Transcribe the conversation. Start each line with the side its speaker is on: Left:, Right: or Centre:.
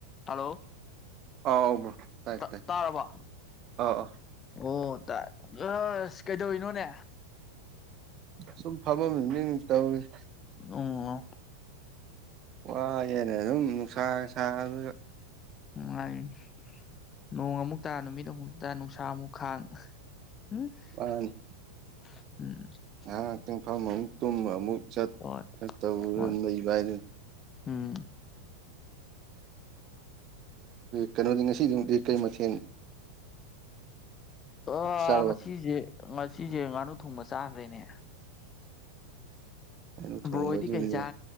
Left: hello
Right: ꯑꯥꯎ ꯇꯥꯏ
Left: ꯇꯥ
Right: ꯇꯥꯏ
Left: ꯇꯥꯔꯕꯣ
Right: ꯑꯥ ꯑꯥ
Left: ꯑꯣ ꯇꯥꯏ ꯑꯁ ꯀꯩꯗꯧꯔꯤꯅꯣꯅꯦ
Right: ꯁꯨꯝ ꯐꯝꯃꯝꯃꯤꯅꯤ ꯇꯧꯔꯤꯁꯦ
Left: ꯑꯨꯝ <unintelligible>
Right: ꯋꯥꯌꯦꯅꯦ ꯑꯗꯨꯝ ꯅꯨꯡꯁꯥ ꯁꯥꯥꯕꯗꯨꯗ
Left: ꯅꯨꯉꯥꯏꯔꯤ ꯅꯣꯡ ꯑꯃꯨꯛꯇꯥ ꯅꯨꯃꯤꯠ ꯑꯃꯨꯛꯇꯥ ꯅꯨꯡꯁꯥ ꯑꯃꯨꯛ ꯈꯥꯡ <unintelligible>
Right: ꯃꯅꯤ
Left: ꯑꯨꯝ
Right: ꯉꯥꯏꯍꯥꯛ ꯉꯥꯏꯍꯥꯛꯇꯪ ꯐꯝꯃ ꯑꯃꯨꯛ ꯇꯨꯝꯕ ꯑꯃꯨꯛ ꯆꯠ
Left: ꯍꯣꯏ
Right: ꯇꯧꯗꯅ
Left: ꯍꯣꯏ
Right: ꯑꯗꯨꯝ ꯂꯩꯕ ꯍꯥꯏꯗꯨꯅ
Left: ꯎꯝ
Right: ꯀꯩꯅꯣꯗꯤ ꯉꯁꯤꯗꯤ <unintelligible> ꯀꯩ ꯃꯊꯦꯟ
Left: ꯑꯥ
Right: ꯆꯥꯔꯕ
Left: ꯉꯁꯤꯁꯦ ꯉꯁꯤꯁꯦ ꯉꯥꯅꯨ ꯊꯣꯡꯕ ꯆꯥꯈ꯭ꯔꯦꯅꯦ
Right: ꯀꯩꯅꯣ ꯊꯣꯡꯒꯗꯣꯔꯤꯅꯦ
Left: ꯕꯔꯣꯍꯣꯏꯗꯤ ꯀꯩ ꯆꯥ